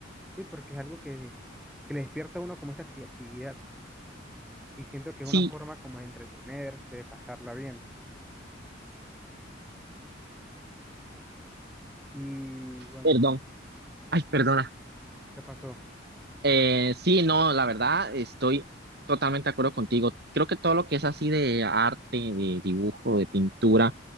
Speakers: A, in the centre; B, on the right (about 55°).
A: sí, porque es algo que, que le despierta a uno como esa creatividad. Y siento que es
B: Sí,
A: una forma como de entretenerse, de pasarla bien. Y bueno,
B: Perdón, ay,
A: no,
B: perdona.
A: ¿Qué pasó?
B: Eh, sí, no, la verdad, estoy totalmente de acuerdo contigo. Creo que todo lo que es así de arte, de dibujo, de pintura,